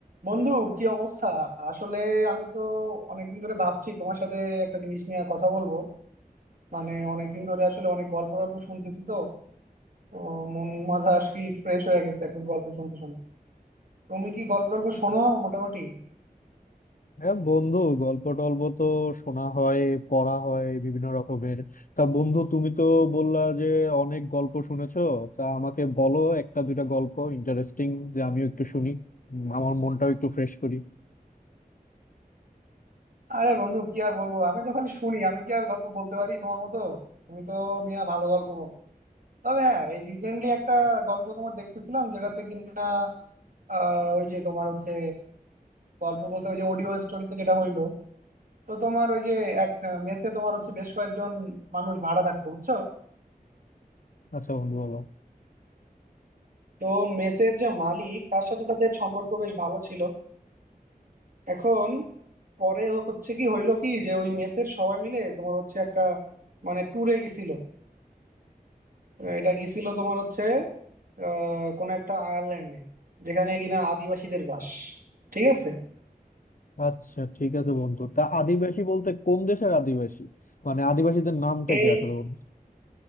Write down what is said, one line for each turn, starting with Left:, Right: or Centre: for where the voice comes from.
Right: বন্ধু কি অবস্থা আসলে আমি তো অনেকদিন ধরে ভাবছি তোমার সাথে একটা জিনিস নিয়ে কথা বলবো মানে অনেকদিন ধরে আসলে অনেক গল্প টল্প শুনতেছি তো তো মন মাথা আজ কি ফ্রেশ হয়ে গেছে একদম গল্প শুনতে শুনতে তুমি কি গল্প টল্প শোনো মোটামুটি
Left: হ্যাঁ বন্ধু গল্প টল্প তো শোনা হয় পড়া হয় বিভিন্ন রকমের তা বন্ধু তুমি তো বললা যে অনেক গল্প শুনেছো তা আমাকে বলো একটা দুইটা গল্প ইন্টারেস্টিং যে আমিও একটু শুনি উম, আমার মনটাও একটু ফ্রেশ করি
Right: আরে বন্ধু কি আর বলবো আমি তো খালি শুনি আমি কি আর গল্প বলতে পারি তোমার মতো তুমি তো মিয়া ভালো গল্প বলো তবে হ্যাঁ এই রিসেন্টলি একটা গল্প তোমার দেখতেছিলাম যেটাতে কিনা আহ ওই যে তোমার হচ্ছে গল্প বলতে ওই যে অডিও স্টোরিতে যেটা হইলো তো তোমার ওই যে এক মেসে তোমার হচ্ছে বেশ কয়েকজন মানুষ ভাড়া থাকতো বুঝছো
Left: আচ্ছা বন্ধু বলো
Right: তো মেসের যে মালিক তার সাথে তাদের সম্পর্ক বেশ ভালো ছিল এখন পরে হচ্ছে কি হইলো কি যে ওই মেসের সবাই মিলে তোমার হচ্ছে একটা মানে ট্যুরে গেছিল আহ, এটা গেছিল তোমার হচ্ছে আহ কোনো একটা আয়ারল্যান্ডে যেখানে কিনা আদিবাসীদের বাস ঠিক আছে
Left: আচ্ছা ঠিক আছে বন্ধু তা আদিবাসী বলতে কোন দেশের আদিবাসী মানে আদিবাসীদের নামটা
Right: এই
Left: কি আসলে বন্ধু